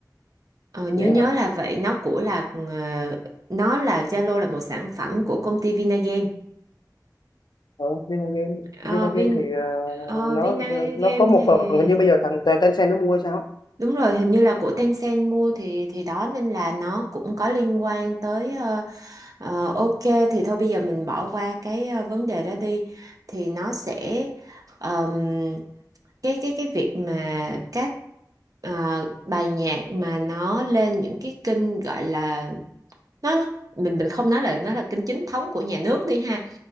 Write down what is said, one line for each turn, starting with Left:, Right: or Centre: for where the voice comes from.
Right: Ờ, nhớ
Left: vậy
Right: nhớ
Left: hả
Right: là vậy, nó của là ờ, nó là Zalo là một sản phẩm của công ty Vinagame.
Left: ờ, Vinagame Vinagame
Right: Ờ, Vin
Left: thì ờ,
Right: ờ,
Left: nó
Right: Vinagame
Left: ờ, nó có một
Right: thì
Left: phần hình như bây giờ thằng Tencent nó mua hay sao á.
Right: Đúng rồi, hình như là của Tencent mua thì thì đó nên là nó cũng có liên quan tới ờ, ờ, ok thì thôi bây giờ mình bỏ qua cái ờ, vấn đề đó đi thì nó sẽ ờm, cái cái cái việc mà các ờ, bài nhạc mà nó lên những cái kênh gọi là nó nó- mình mình không nói là nó là kênh chính thống của nhà nước đi ha